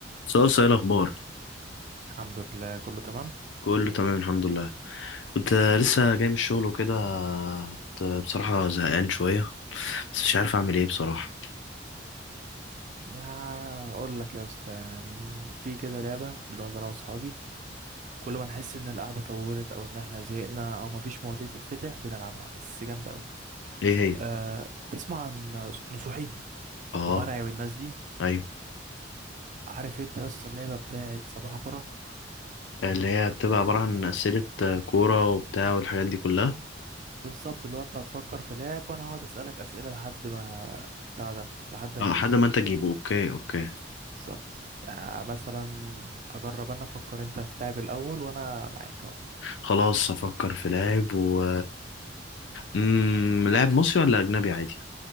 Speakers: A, on the left (about 80°); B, on the right (about 45°).
A: صوصة ايه الاخبار
B: الحمد لله كله تمام
A: كله تمام الحمد لله كنت لسه جاي من الشغل وكده كنت بصراحة زهقان شوية بس مش عارف اعمل ايه بصراحة
B: يا اقول لك يا اسطى يعني في كده لعبه بنقعد انا واصحابي كل ما نحس ان القعده طولت او ان احنا زهقنا او مفيش مواضيع تتفتح بنلعبها بس جامده قوي
A: ايه هي
B: أه تسمع عن نصوحي
A: اه
B: ومرعي والناس دي
A: ايوه
B: عارف انت يا اسطى اللعبه بتاعت صباح كره
A: اللي هي بتبقى عبارة عن اسئلة كورة وبتاع والحاجات دي كلها
B: بالظبط اللي هو انت هتفكر في لاعب وانا هقعد اسالك اسئله لحد ما بتاع ده لحد ما
A: اه
B: اجيبه
A: لحد ما انت تجيبه اوكي اوكي
B: بالظبط يعني مثلا اجرب انا افكر انت في لاعب الاول وانا معاك اهو
A: خلاص افكر في لاعب و امم لاعب مصري ولا اجنبي عادي